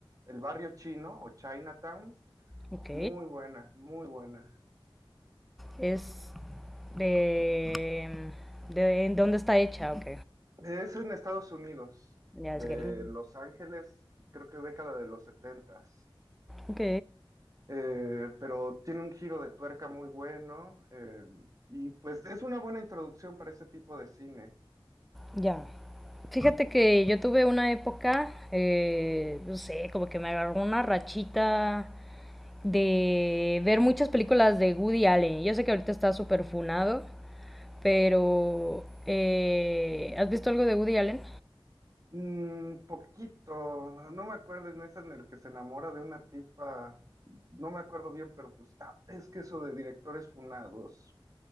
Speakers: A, on the right (about 40°); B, in the centre.
A: El Barrio Chino o Chinatown.
B: Ok.
A: Es muy buena, muy buena.
B: Es de... de ¿en dónde está hecha? Ok.
A: Es en Estados Unidos,
B: Ya
A: de
B: es gringo.
A: Los Ángeles, creo que década de los setentas.
B: Ok,
A: Eh, pero tiene un giro de tuerca muy bueno eh, y pues es una buena introducción para ese tipo de cine.
B: ya. Fíjate que yo tuve una época, eh, no sé, como que me agarró una rachita de ver muchas películas de Woody Allen. Yo sé que ahorita está súper funado, Pero, eh, ¿has visto algo de Woody Allen?
A: Mm, poquito, no me acuerdo en ese en el que se enamora de una tipa, no me acuerdo bien, pero pues ah, es que eso de directores funados.